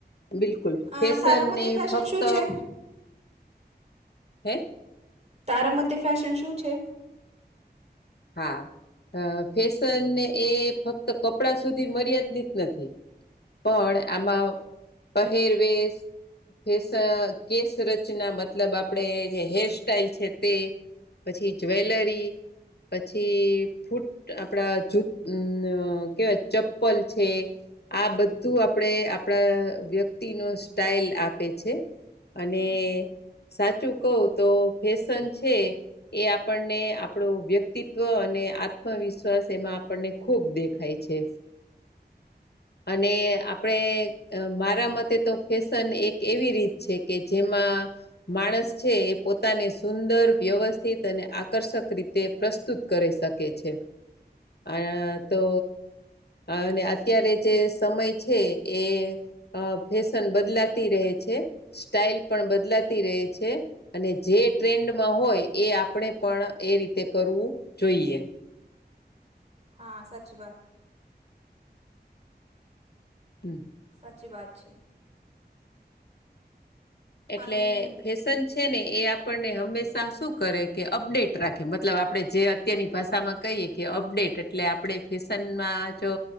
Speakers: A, on the left; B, on the right.
A: બિલકુલ
B: અ
A: ફેશનને
B: તારા મતે ફેશન
A: ફક્ત
B: શું છે?
A: હે
B: તારા મતે ફેશન શું છે.
A: હા ફેશન એ ફક્ત કપડા સુધી મર્યાદીત નથી. પણ
B: હા
A: આમાં પહેરવેશ ફેસ કેસ રચન મતલબ આપણે જે હેરસ્ટાઈલ છે તે પછી જ્વેલરી પછી ફૂટ આપડા જૂત કેવાય ચપ્પલ છે. આ બધું આપણે આપણા વ્યક્તિ નું સ્ટાઈલ આપે છે. અને
B: હમ
A: સાચું કવતો ફેશન છે એ આપણને આપણું વ્યક્તિ વ્યક્તિત્વ અને આત્મવિશ્વાસ એમાં આપણને ખૂબ દેખાય છે. અને આપણે મારા મતે તો ફેશન એક એવી રીત છે કે જેમાં માણસ છે એ પોતાને સુંદર વ્યવસ થિત અને આકર્ષક રીતે પ્રસ્તુત કરી શકે છે. અ તો અને અત્યારે જે સમય છે એ ફેશન બદલાતી રહે છે. સ્ટાઈલ પણ બદલાતી રહે છે અને જે ટ્રેન્ડમાં હોય એ આપણે પણ એ રીતે કરવું જોઈએ.
B: હા સાચી બાત
A: હમ
B: સાચી વાત છે.
A: એટલે
B: અને
A: ફેશન છે ને એ આપણને હંમેશા શું કરે કે અપડેટ રાખે મતલબ આપણે જે અત્યારની ભાષામાં કહીએ કે અપડેટ એટલે આપણે ફેશનમાં જો